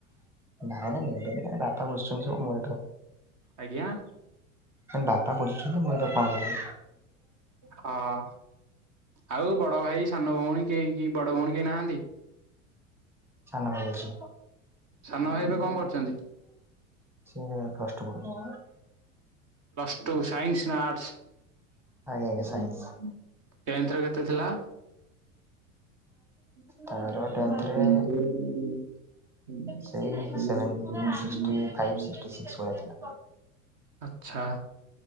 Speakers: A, in the centre; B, on the right (about 45°).
A: ନାଇଁ ନାଇଁ ନେବେନି <unintelligible> ସବୁ ମୁଁ ଏଇଠି,
B: ଆଜ୍ଞା।
A: ବାପା ବୁଝୁଛନ୍ତି ମୁଁ ଏବେ କଣ କରିବି।
B: ହଁ ଆଉ ବଡ। ହଁ ଭାଇ ସାନ ଭଉଣୀ କେହି କି ବଡ ଭଉଣୀ କେହି ନାହାନ୍ତି।
A: ସାନ ଭାଇ ଅଛି।
B: ସାନ ଭାଇ ଏବେ କଣ କରୁଛନ୍ତି।
A: ସେ ଫାଷ୍ଟ ପଢୁଛ
B: ତୁ ସାଇନସିସ ନାଁ ଆଟ୍ସ
A: ଆଜ୍ଞା ସାଇନ୍ସ।
B: ଟେଂଥ ରେ କେତେ ଥିଲା? <unintelligible>
A: ତାର ଟେନ୍ଥରେ ସେଇ seven sixty five sixty six ଭଳିଆ ଥିଲା।
B: <unintelligible> ଆଚ୍ଛା,